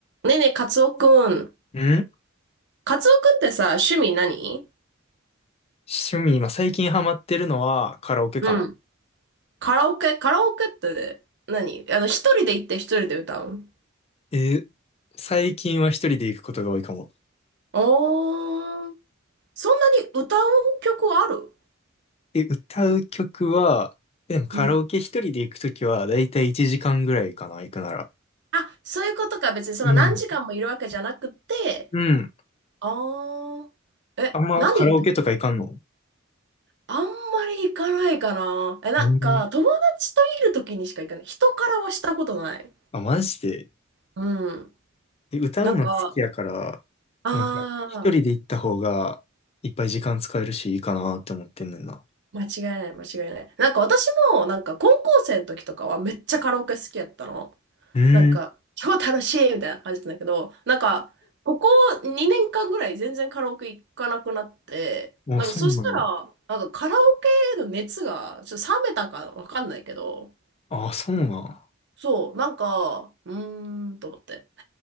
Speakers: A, on the right; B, on the left.
A: ねえねえ、カツオくん。
B: ん
A: カツオくんってさ、趣味何
B: 趣味、今最近ハマってるのはカラオケかな。
A: うん。カラオケカラオケって何あの、一人で行って一人で歌う
B: え、最近は一人で行くことが多いかも。
A: おー、そんなに歌う曲ある
B: え、歌う曲は、えでもカラオケ一人で行くときはだいたい1時間ぐらいかな、
A: うん。
B: 行くなら。
A: あ、そういうことか。別にその何時間もいるわけじゃなくて。
B: うん。うん。
A: あー。え、
B: あんまカラオケとか行かんの
A: 何歌うあんまり行かないかな。え、なんか、
B: うん。
A: 友達といる時にしか行かない。人からはしたことない。
B: あ、マジで。
A: うん。
B: え、歌うの好きやから、
A: なんか、あ
B: なんか一人で行った方がいっぱい時間使えるしいいかなって思ってんねんな。
A: 間違いない、間違いない。なんか私も、なんか高校生の時とかはめっちゃカラオケ好きやったの。
B: うん。
A: なんか、超楽しいみたいな感じなんだけど、なんか、ここ2年間ぐらい全然カラオケ行かなくなって、
B: もうそうなの。
A: なんかそしたら、なんかカラオケの熱がちょっと冷めたかわかんないけど、
B: あ、そうなの。
A: そう、なんか、うーんと思って。